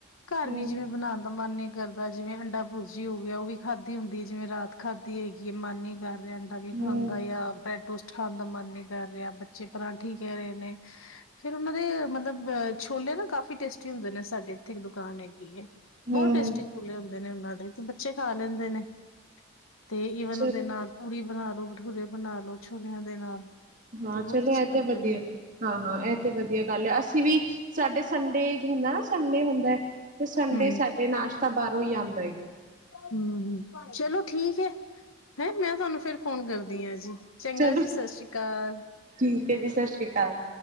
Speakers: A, on the right; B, on the left.
A: ਹੂੰ
B: ਘਰ ਵੀ ਜਿਵੇਂ ਬਣਾਉਣ ਲੳ ਦਾ ਮਨ ਨੀ ਕਰਦਾ ਜਿਵੇਂ ਅੰਡਾ ਭੁਰਜੀ ਹੋ ਗਿਆ ਉਹ ਵੀ ਖਾਧੀ ਹੁੰਦੀ ਹੈ ਜਿਵੇਂ ਰਾਤ ਖਾਧੀ ਹੈਗੀ ਹੈ ਮਨ ਨੀ ਕਰ ਰਿਹਾ ਅਗੇ
A: ਹੂੰ
B: ਖਾਂਦਾ ਆ ਬ੍ਰੈਡ ਟੋਸਟ ਖਾਣ ਦਾ ਮਨ ਨੀ ਕਰ ਰਿਹਾ, ਬੱਚੇ ਪਰਾਂਠੀ ਕਹਿ ਰਹੇ ਨੇ, ਫਿਰ ਉਹਨਾਂ ਦੇ ਮਤਲਬ ਅ ਛੋਲੇ ਨਾ ਕਾਫੀ ਟੇਸਟੀ ਹੁੰਦੇ ਨੇ ਸਾਡੇ ਇੱਥੇ ਇੱਕ ਦੁਕਾਨ ਹੈਗੀ ਏ,
A: ਹੂੰ
B: ਬਹੁਤ ਟੇਸਟੀ
A: ਹੂੰ
B: ਕੂਲੇ ਹੁੰਦੇ ਨੇ, ਉਹਨਾਂ ਦੇ ਤੇ ਬੱਚੇ ਖਾ ਲੈਂਦੇ ਨੇ, ਤੇ ਈਵਨ
A: ਚਲੋ
B: ਉਹਦੇ ਨਾਲ ਪੂੜੀ ਬਣਾ ਲੋ, ਭਟੂਰੇ ਬਣਾ ਲੋ ਛੋਲਿਆਂ ਦੇ ਨਾਲ
A: ਹਾਂ
B: ਤੇ ਬਹੁਤ
A: ਚਲੋ
B: ਅੱਛੇ
A: ਇਹ
B: ਲੱਗਦੇ
A: ਤਾਂ ਵਧੀਆ,
B: ਨੇ
A: ਹਾਂ- ਹਾਂ ਇਹ ਤੇ ਵਧੀਆ ਪਹਿਲੇ ਅਸੀਂ ਵੀ, ਸਾਡੇ ਸੰਡੇ ਹੁੰਦਾ ਨਾ ਸੰਡੇ ਹੁੰਦਾ ਹੈ, ਤੇ ਸੰਡੇ
B: ਹਮ
A: ਸਾਡੇ ਨਾਸ਼ਤਾ ਤਾਂ ਬਾਹਰੋਂ ਹੀ ਲਿਆਉਦੇ।
B: ਹਮ ਹ, ਚਲੋ ਠੀਕ ਹੈ ਹੈ ਮੈਂ ਤੁਹਾਨੂੰ ਫਿਰ ਫੋਨ ਕਰਦੀ ਹਾਂ ਜੀ। ਚੰਗਾ
A: ਚਲੋ
B: ਜੀ ਸਤਿ ਸ਼੍ਰੀ ਅਕਾਲ
A: ਠੀਕ ਹੈ ਜੀ ਸਤਿ ਸ੍ਰੀ ਅਕਾਲ।